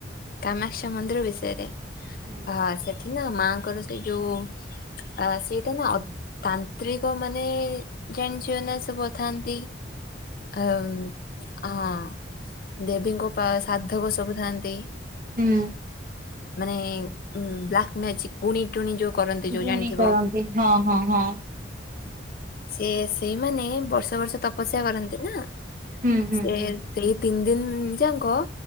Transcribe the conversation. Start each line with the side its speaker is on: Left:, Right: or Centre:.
Left: କାମାସ୍ୟ ମନ୍ଦିର ବିଷୟରେ
Right: ହୁଁ
Left: ହ ସେଠି ନାଁ ମାଁ ଙ୍କର ସେ ଯୋଉ ଅ ସେଇଟା ନାଁ ଅଧ ତାନ୍ତ୍ରିକ ମାନେ ଜାଣିଚ ନାଁ ସବୁଥାନ୍ତି। ଏ ହଁ ଦେବୀଙ୍କ ପା ଶାଦ୍ଧକ ସବୁ ଥାଆନ୍ତି।
Right: ହୁଁ।
Left: ମାନେ ଉଁ ବ୍ଲାକ୍ ମ୍ୟାଜିକ ଗୁଣି ଟୁଣି ଯୋଉ କରନ୍ତି ଯୋଉ
Right: ଗୁଣୀ
Left: ଜାଣିଥିବ
Right: କରନ୍ତି ହଁ ହଁ ହଁ ହୁଁ।
Left: ସିଏ ସେଇମାନେ ବର୍ଷ ବର୍ଷ ତପସ୍ୟା କରନ୍ତି ନାଁ
Right: ହୁଁ ହୁଁ
Left: ସେ
Right: ହୁଁ
Left: ସେଇ ତିନି ଦିନ ଯାକ